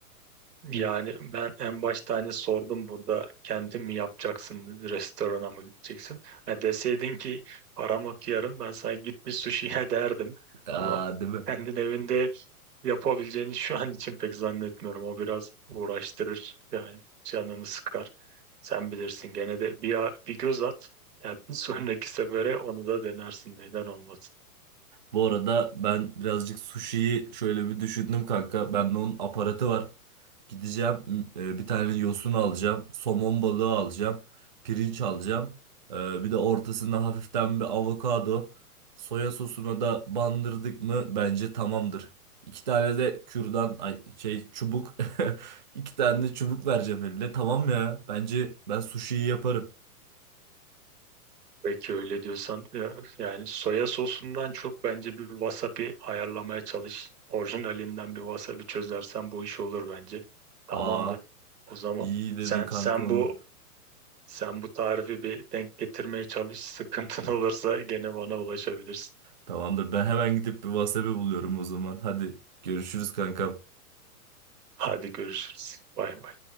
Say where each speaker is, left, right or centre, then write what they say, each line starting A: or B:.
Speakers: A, on the right; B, on the right.
A: Yani ben en başta hani sordum burada kendin mi yapacaksın restorana mı gideceksin? Ha, deseydin ki param yok yarın ben sana git bir sushi'ye derdim. <laughs>
B: Aa,
A: Ama
B: değil mi?
A: kendin evinde yapabileceğini şu an için pek zannetmiyorum. O biraz uğraştırır yani canını sıkar. Sen bilirsin gene de bir, bir göz at. Ya bir <laughs> sonraki sefere onu da denersin neden olmasın.
B: Bu arada ben birazcık sushi'yi şöyle bir düşündüm kanka. Bende onun aparatı var. Gideceğim m- e, bir tane yosun alacağım. Somon balığı alacağım. Pirinç alacağım. E, Bir de ortasında hafiften bir avokado. Soya sosuna da bandırdık mı bence tamamdır. İki tane de kürdan ay, şey çubuk. <laughs> İki tane de çubuk vereceğim eline. Tamam ya. Bence ben sushi'yi yaparım.
A: Peki öyle diyorsan ya- yani soya sosundan çok bence bir wasabi ayarlamaya çalış. Orijinalinden bir wasabi çözersen bu iş olur bence. Tamamdır.
B: Aa
A: O zaman
B: iyi dedin
A: sen
B: kanka
A: sen
B: onu.
A: bu sen bu tarifi bir denk getirmeye çalış. Sıkıntın <laughs> olursa gene bana ulaşabilirsin.
B: Tamamdır. Ben hemen gidip bir WhatsApp'ı buluyorum o zaman. Hadi görüşürüz kankam.
A: Hadi görüşürüz. Bay bay.